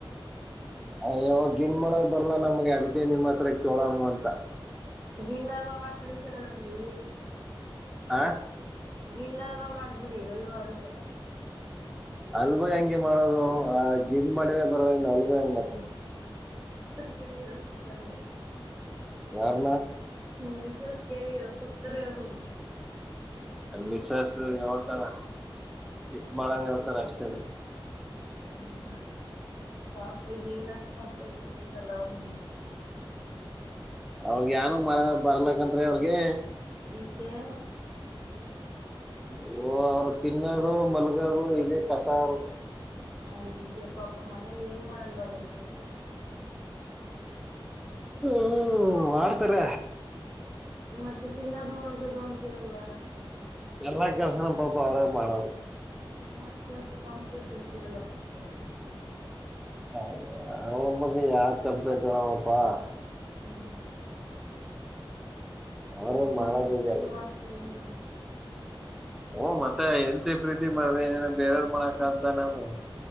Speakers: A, in the centre; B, on the right.
A: ಅಾವಾಗ ಗಿನ್ ಮೊಳಗ್ ಬರ್ಲ್ಲಾ ನಮಗೆ ಅದಕ್ಕೆ ನಿಮ್ಮ ಹತ್ರ ಕೋಳಾಮ ಅಂತ
B: ಗಿಂಡ ಹಲ್ವ ಮಾಡ್ ಕಡಿಸಿರಲ್ಲ ನಂಗೆ
A: ಆ
B: ಗಿಂಡ್ಲ್ವಾ ಮಾಡ್ಬಿಡಿ ಅಲ್ವಾ ಅಲ್ವಾ
A: ಅಲ್ಬ ಹೆಂಗೆ ಮಾಡೋರು ಆ ಗಿಡ್ ಮಾಡಿದ ಬರ ಇನ್ ಅಲ್ ಹೆಂಗ್ ಮಾಡ
B: ಕ್ಯಯರ್ ಕೊಡ್ತಾರೆ
A: ಯಾರಮ್ಮ
B: ಹಸಸ್ ಕ ಹೇಳ ಕೊಡ್ತಾರೆ ಅವ್ರು
A: ಮಿಸ್ಸ್ ಹೇಳ್ತಾರ ಕಿಕ್ ಮಾಡಾನ ಹೇಳ್ತಾರ ಅಷ್ಟೇನೆ
B: ಹ್ಮ್ ಪಾಪ ಈಗ ಏನಷ್ಟ್ ಕಂಪ್ಲೇಂಟ್ ಇಳ್ತಿದಲ್ಲ ಅವ್ರ ಮಗೆ
A: ಅವಗ ನು ಮಾಡ ಬರ್ಲಕನ್ ಅವ್ರಗೆ
B: ೆ <unintelligible>
A: ಅವರು ತಿನ್ನೋದು ಮಲ್ಗೋರು ಇದೆ ಕಥ ಅವರು
B: ಅದ ತ ಅಪ್ಪಪ್ಪ ಮನೇಲಿ ಏನ್ ಮಾಡಲ್ವಾಗಾದ್ರ ಹ
A: ಹ್ಮ್ ಮಾಡಡ್ತಾರ
B: ಮತ್ತೆ ತಿನ್ನೋದು ಮುಳಗದು ಅಂತಿರಲ್ಲ
A: ಎಲ್ಲ ಕೆಸನ ಪಾಪ ಅವರೇ ಮಾಡಡೆ
B: ಮತ್ತೆ ಅಷ್ಟು ಕಾಂಕ್ರೀಟ್ ಇರ್ತಿರಲ್ಲ <unintelligible>
A: ಅಯ್ಯೋ <unintelligible>
B: ಹ್ಮ್
A: ಅವರೇ
B: ಹೆಂಡ್ತಿನ್
A: ಮಾಡೋದು
B: ಎಷ್ಟು
A: ಇದೆಲ್ಲ
B: ಪ್ರೀತಿ ಮಾಡ್ತೀರಾ ನೀವು.
A: ಹು ಮತ್ತೆ ಹೆಂಡ್ತಿ ಪ್ರೀತಿ ಮಾಡ್ದೇ ಏನ್ ಬೇರೆಯವ್ರ್ ಮಾಡಕ್ ಆದ್ದ ನಮು.